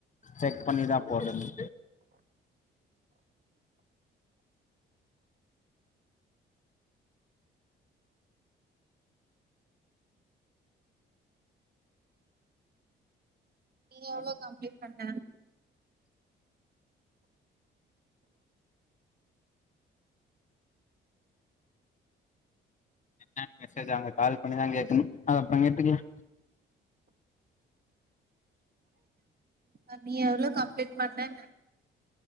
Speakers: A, on the left; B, on the right.
A: செக் பண்ணிதா போடுணு
B: நீ எவ்ளோ கம்ப்லீட் பண்ண
A: எ மெசேஜ் அங்க கால் பண்ணிதா கேகணு அத அப்ரோ கேட்டுக்கலா
B: <unintelligible> நீ எவ்ளோ கம்ப்ளீட் பண்ணேண